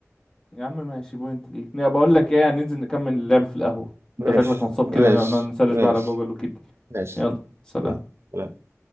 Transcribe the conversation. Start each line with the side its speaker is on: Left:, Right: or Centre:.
Left: يا عم ماشي بوينت ليك لا، بقول لك ايه هننزل نكمل اللعب في القهوه
Right: ماشي
Left: انت شكلك نصاب
Right: ماشي
Left: كده نقعد نسرش
Right: ماشي
Left: بقى على جوجل وكده
Right: ماشي
Left: يلا سلام
Right: يلا